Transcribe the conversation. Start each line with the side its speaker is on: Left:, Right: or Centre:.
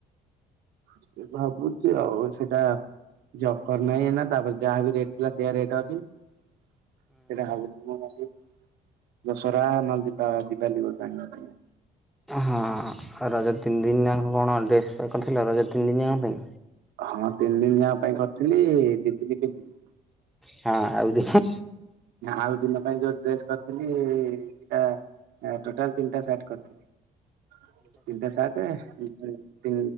Right: ସେ ଭାବୁଛି ଆଉ ସେଟା ଅଫର ନାହିଁନା ତାପରେ ଯାହା ବି ରେଟ୍ ଥିଲା ସେଇଆ ରେଟ ଅଛି। ସେଟା ହବ ତମ ଆ। ଦଶହରା ନହେଲେ ଦୀପା-ଦୀପାବଲି ବେଳକୁ ଆଣିବା ପାଇଁ।
Centre: ହଁ ରଜ ତିନି ଦିନି ଆଙ୍କ କଣ ଡ୍ରେସ୍ କରିଥିଲ ରଜ ତିନିି ଦିନିଆଙ୍କ ପାଇଁ?
Right: ହଁ ତିନି ଦିନି ଆଙ୍କ ପାଇଁ କରିଥିଲି ଦି ଦିନି ପିନ୍ଧିଲି
Centre: ହଁ ଆଉ ଦେଖେ।
Right: ଆଉ ଦିନ ପାଇଁ ଯୋଉ ଡ୍ରେସ କରିଥିଲି ଦିଟା ଟୋଟାଲ ତିନିଟା ସାର୍ଟ କରିଥିଲି। ତିନିଟା ସାର୍ଟ ତି